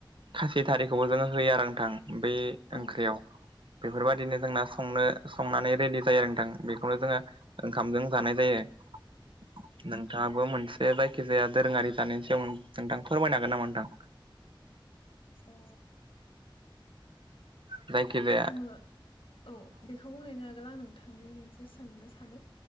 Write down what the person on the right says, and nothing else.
खासि थारिखौबो जोङो होयो आरो नोंथां। बे
ओंख्रियाव। बेफोरबायाददिनो जोंना संनो संनानै रेडि जायो आरो नोंथां बेखौनो जोङो- ओंखामजों जानाय जायो नों। नोंथाङाबो मोनसे जायखिजाया दोरोङारि जानायनि सायाव नोंथां फोरमायनो हागोन नामा नोंथां?
जायखि जाया।